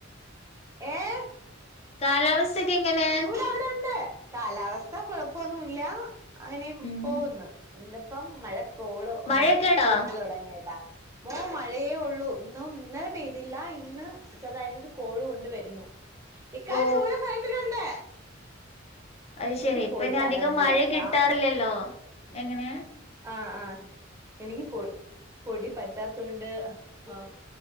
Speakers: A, on the right; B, on the left.
A: ഏഹ്
B: കാലാവസ്ഥക്കെ എങ്ങനെ
A: ചൂലവ്ടണ്ട് കാലാവസ്ഥ കുഴപ്പൊന്നുല്ല അങ്ങനെ
B: ഉം
A: പോകുന്നു ഇന്ന്പ്പം മഴ കോള്
B: മഴയൊക്കെ ഉണ്ടോ
A: കൊണ്ടു തുടങ്ങിയത ഓ മഴയേ ഒള്ളൂ ഇന്നും ഇന്നലെ പെയ്തില്ല ഇന്ന് ചെറുതായിട്ട് ഒരു കോള് കൊണ്ട് വരുന്നു ഇക്കാ
B: ഓ
A: ചൂട് ഫ്രണ്ടിലുണ്ട്
B: അയ്‌
A: എനിക്ക്
B: ശെരി ഇപ്പഞ്
A: പൊടി
B: അധികം
A: അലർജിയ
B: മഴ
A: ട്ടാ
B: കിട്ടാറില്ലല്ലോ എങ്ങനെ
A: ആഹ് ആഹ് എനിക്ക് പൊ പൊടി പറ്റാത്ത കൊണ്ട് ആഹ്